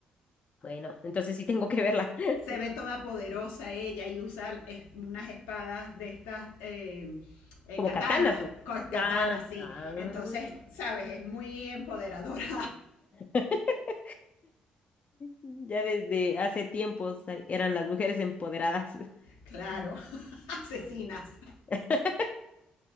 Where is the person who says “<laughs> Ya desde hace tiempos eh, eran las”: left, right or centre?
Left